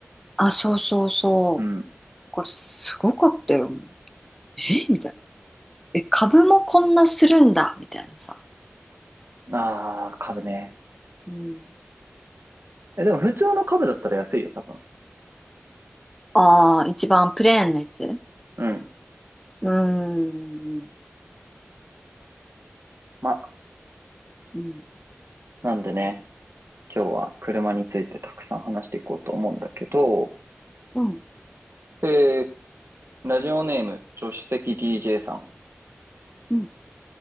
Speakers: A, in the centre; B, on the right (about 65°).
A: あ、そうそうそ
B: うん。
A: う。これすごかったよ。えみたいな。え、株もこんなするんだみたいなさ。
B: あー、株ね。
A: うん。
B: え、でも普通の株だったら安いよ、多分。
A: ああ、一番プレーンなやつう
B: うん。
A: ーん。
B: ま、
A: うん。
B: なんでね、今日は車についてたくさん話していこうと思うんだけど、
A: うん。
B: えー、ラジオネーム、助手席 DJ さん。
A: うん。